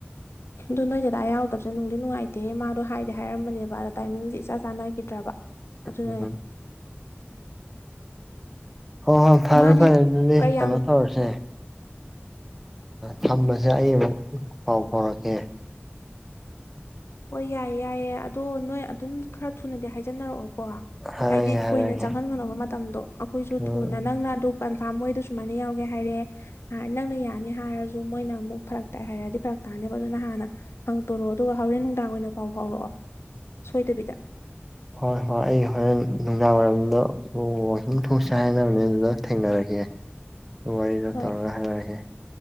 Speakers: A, on the left (about 75°); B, in the centre.
A: ꯑꯣ ꯅꯣꯏꯗꯗꯥ ꯌꯥꯎꯗꯕꯁꯦ ꯅꯨꯡꯗꯤ ꯅꯨꯡꯉꯥꯏꯇꯦ ꯃꯥꯗꯣ ꯍꯥꯏꯗꯤꯦ ꯍꯥꯏꯔꯝꯕꯅꯦꯕ ꯑꯗ ꯇꯥꯏꯃꯤꯡꯁꯦ ꯏꯁꯥ ꯆꯥꯅꯈꯤ ꯅꯠꯇ꯭ꯔꯕ ꯑꯗꯨꯅ
B: ꯎꯝ ꯍꯣꯏ ꯍꯣꯏ ꯐꯔꯦ
A: ꯃꯥꯗꯤ
B: ꯐꯔꯦ ꯑꯗꯨꯗꯤ
A: ꯀꯌꯥꯝ
B: ꯀꯩꯅꯣ ꯇꯧꯔꯁꯦ ꯊꯝꯕꯁꯦ ꯑꯩ ꯑꯃꯨꯛ ꯄꯥꯎ ꯐꯥꯎꯔꯛꯀꯦ
A: ꯍꯣꯏ ꯌꯥꯏꯌꯦ ꯌꯥꯏꯌꯦꯦ ꯑꯗꯣ ꯅꯣꯏ ꯑꯗꯨꯝ ꯈꯔ ꯊꯨꯅꯗꯤ ꯍꯥꯏꯖ ꯁꯤꯟꯅꯔꯛꯑꯣ ꯀꯣ
B: ꯍꯥꯏꯔꯒꯦ
A: ꯍꯥꯏꯗꯤ
B: ꯍꯥꯏꯔꯒꯦ
A: ꯀꯨꯏꯅ ꯆꯪꯍꯟ ꯉꯅꯕ ꯃꯇꯝꯗꯣ ꯑꯩꯈꯣꯏꯁꯨ
B: ꯎꯝ
A: ꯊꯨꯅ ꯅꯪꯅ ꯑꯗꯨ ꯀꯟꯐꯥꯔꯝ ꯃꯣꯏꯗꯣ ꯁꯨꯃꯥꯏꯅ ꯌꯥꯎꯒꯦ ꯍꯥꯏꯔꯦ ꯅꯪꯅ ꯌꯥꯅꯤ ꯍꯥꯏꯔꯁꯨ ꯃꯣꯏꯅ ꯑꯃꯨꯛ ꯐꯔꯛꯇ ꯍꯥꯏꯔꯗꯤ ꯐꯔ ꯇꯅꯦꯕ ꯑꯗꯨꯅ ꯍꯥꯟꯅ ꯍꯪꯇꯣꯔꯛꯑꯣ ꯑꯗꯨꯒ ꯍꯣꯔꯦꯟ ꯇꯥꯡ ꯑꯣꯏꯅ ꯄꯥꯎ ꯐꯥꯎꯔꯛꯑꯣ ꯁꯣꯏꯗꯕꯤꯗ
B: ꯍꯣꯏ ꯍꯣꯏ ꯑꯩ ꯍꯣꯔꯦꯟ ꯅꯨꯡꯗꯥꯡꯋꯥꯏꯝꯗ ꯋꯥꯤꯡ ꯊꯣꯡ ꯆꯥꯏꯅꯕꯅꯤ ꯑꯗꯨꯗ ꯊꯦꯡꯅꯔꯛꯒꯦ
A: <inaudible>
B: ꯋꯥꯔꯤꯗ
A: ꯍꯣꯏ
B: ꯇꯧꯔ ꯍꯥꯏꯔꯛꯑꯒꯦ